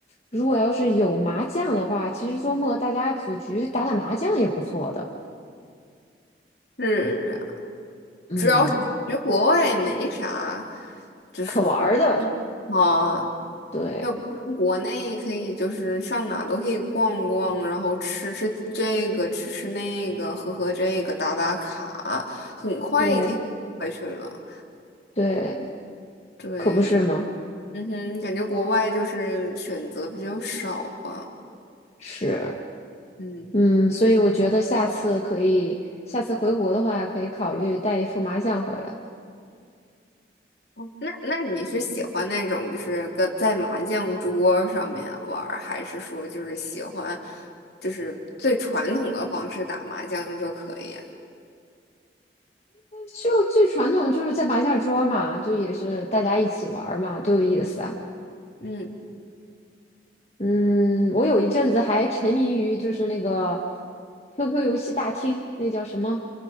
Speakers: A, on the left; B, on the left.
A: 如果要是有麻将的话，其实周末大家组局打打麻将也不错的。
B: 是啊，
A: 嗯，
B: 主要是感觉国外没啥，就是活动
A: 可玩儿的，
B: 啊，
A: 对
B: 要不像国内可以就是上哪都可以逛逛，然后吃吃这个，吃吃那个，喝喝这个，打打卡，很快一天过去了。
A: 对对，
B: 对，
A: 可不是吗？
B: 嗯哼，感觉国外就是选择比较少吧。
A: 是，
B: 嗯，
A: 嗯，所以我觉得下次可以，下次回国的话，可以考虑带一副麻将回来。
B: 哦那那你是喜欢那种就是跟在麻将桌上面玩儿，还是说就是喜欢就是最传统的方式打麻将就可以啊
A: 就最传统就是在麻将桌嘛，就也是大家一起玩儿嘛，多有意思啊！
B: 嗯，
A: 嗯，我有一阵子还沉迷于就是那个 QQ 游戏大厅，那叫什么？